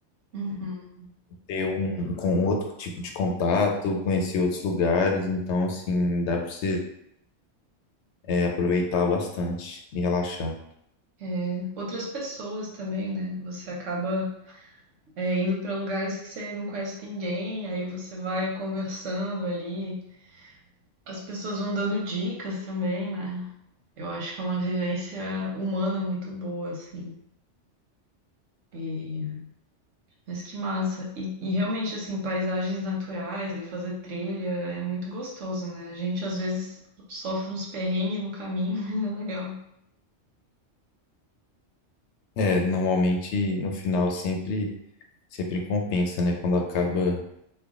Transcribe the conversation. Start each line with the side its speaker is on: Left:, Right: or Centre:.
Right: Uhum.
Left: ter um com outro tipo de contato, conhecer outros lugares, então assim, dá para você é, aproveitar bastante e relaxar.
Right: é, outras pessoas também, né? Você acaba é, indo para lugares que você não conhece ninguém, aí você vai conversando ali, as pessoas vão dando dicas também, né? Eu acho que é uma vivência humana muito boa, assim. E, mas que massa. E, e realmente, assim, paisagens naturais e fazer trilha é muito gostoso, né? A gente às vezes sofre uns perrengues no caminho, <laughs> mas é legal.
Left: É, normalmente no final sempre sempre compensa, né? Quando acaba